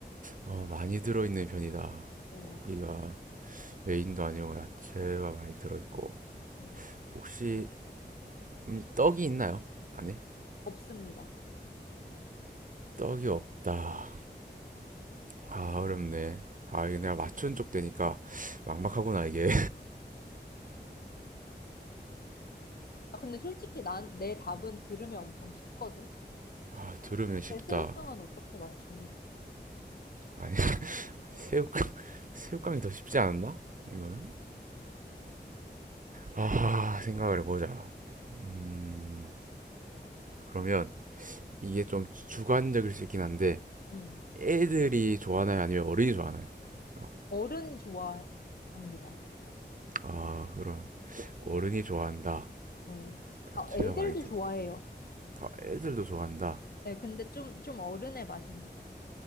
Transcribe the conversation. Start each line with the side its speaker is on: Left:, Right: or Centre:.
Right: 어, 많이 들어있는 편이다.
Left: 네.
Right: 고기가 메인도 아니고 야채가 많이 들어있고.
Left: 네.
Right: 혹시 음, 떡이 있나요? 안에?
Left: 없습니다.
Right: 떡이 없다. 아, 어렵네. 아, 이게 내가 맞춘 쪽 되니까 막막하구나, 이게.
Left: 아, 근데 솔직히 난, 내 답은 들으면 엄청 쉽거든?
Right: 아, 들으면 쉽다.
Left: 근데 새우깡은 어떻게 맞추니?
Right: 아니, <laughs> 새우깡, 새우깡이 더 쉽지 않나? 이거는? 아, 생각을 해보자. 음, 그러면 이게 좀 주관적일 수 있긴 한데,
Left: 음.
Right: 애들이 좋아하나요? 아니면 어른이 좋아하나요? 이거.
Left: 어른이 좋아합니다.
Right: 아, 그럼 어른이 좋아한다.
Left: 네.
Right: 아,
Left: 아,
Right: 제가
Left: 애들도
Right: 많이 들,
Left: 좋아해요.
Right: 아, 애들도 좋아한다.
Left: 네. 근데 좀, 좀 어른의 맛입니다.